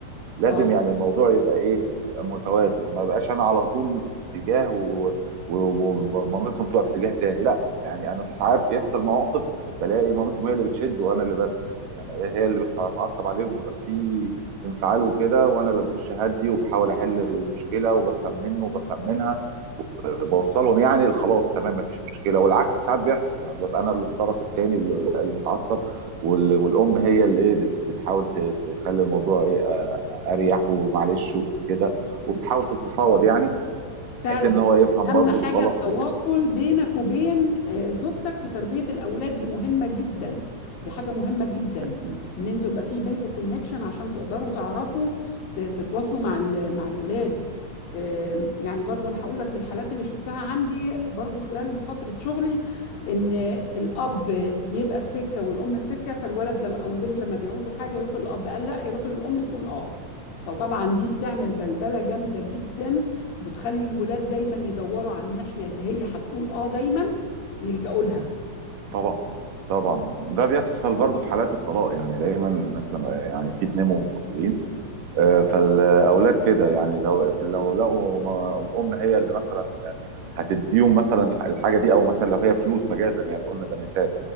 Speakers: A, on the right; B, on the left.
A: لازم
B: صح.
A: يعني الموضوع يبقى ايه متوازن ما يبقاش انا على طول في اتجاه و- و- ومامتهم تبقى في اتجاه تاني لا يعني انا في ساعات بيحصل مواقف بلاقي مامتهم هي اللي بتشد وانا اللي برخي يعني هي اللي بتتعصب عليهم ويبقى في انفعال وكده وانا اللي بخش اهدي وبحاول احل المشكله وبفهم منه وبفهم منها بوصلهم يعني خلاص تمام مفيش مشكله والعكس ساعات بيحصل يعني ببقى انا الطرف الثاني المتعصب وال- والام هي اللي ايه بت- بتحاول ت- تخلي الموضوع ايه آه، اريح ومعلش وكده وبتحاول تتفاوض يعني بحيث
B: فعلا
A: ان هو يفهم
B: اهم
A: برضو
B: حاجه
A: الغلط
B: التواصل
A: وكده
B: بينك وبين آه، زوجتك في تربيه الاولاد دي مهمه جدا دي حاجه مهمه جدا
A: اكيد
B: ان انتوا يبقى في بينكم كونكشن عشان تقدروا تعرفوا ت- تتواصلوا مع ال- مع الولاد آم، يعني برضو انا هقول لك من الحالات اللي شفتها عندي برضو خلال فتره شغلي ان الاب بيبقى في سكه والام في سكه فالولد لما او البنت لما بيعوزوا حاجه يروحوا للاب قال لا يروحوا للام تقول اه فطبعا دي بتعمل بلبله جامده جدا وبتخلي الولاد دايما يدوروا على الناحية اللي هي هتقول اه دايما ويلجأوا لها
A: طبعا طبعا ده بيحصل برضو في حالات الطلاق يعني دايما الناس لما يعني في اتنين منفصلين آه، فالاولاد كده يعني لو لو لقوا ما- الام هي اللي مثلا هتديهم مثلا الحاجه دي او مثلا لو هي فلوس مجازا يعني قلنا ده مثال